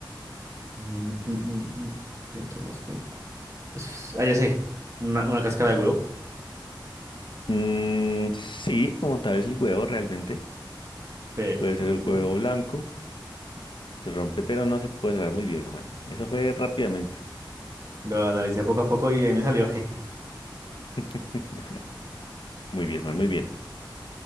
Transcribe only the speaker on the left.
Mm, sí, como tal es el huevo realmente.
Puede ser el huevo blanco. Se rompe, pero no se puede cerrar muy bien, Juan. Eso fue rápidamente.
<laughs> Muy bien, Juan, muy bien.